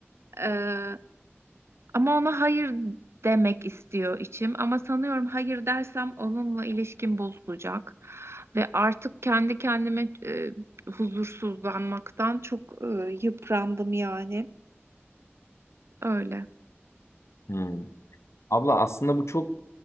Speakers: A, on the right; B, on the left.
A: Ee, ama ona hayır demek istiyor içim. Ama sanıyorum hayır dersem onunla ilişkim bozulacak. Ve artık kendi kendime e, huzursuzlanmaktan çok e, yıprandım yani. Öyle.
B: Hmm. Abla aslında bu çok